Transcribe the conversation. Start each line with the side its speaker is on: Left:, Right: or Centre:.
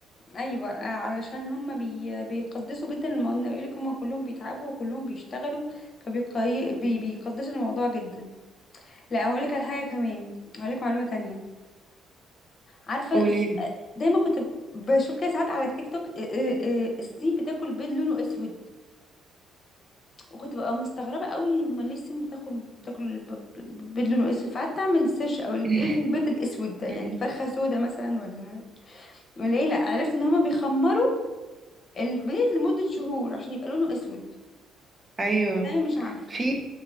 Left: ايوه آه، علشان هم بي بيقدسوا جدا الموضوع يقول لك هم كلهم بيتعبوا وكلهم بيشتغلوا فبيقدسوا الموضوع جدا لا هقول لك على حاجه كمان هقول لك معلومه تانية عارفه
Right: قولي
Left: س-
Right: لي
Left: دايما كنت بشوف كده ساعات على التيك توك آه، آه، آه، الصين بتاكل بيض لونه اسود وكنت بقى مستغربة قوي هما ليه السم بتاخد بتاكل البط- البيض لونه اسود فقعدت اعمل سيرش او ال-
Right: <laughs>
Left: ايه البيض الاسود ده يعني
Right: مم.
Left: فرخة سودا مثلا ولا ولا ايه لا عرفت ان هما بيخمروا البيض لمدة شهور عشان يبقى لونه اسود
Right: ايوه
Left: ازاي مش عارفة
Right: في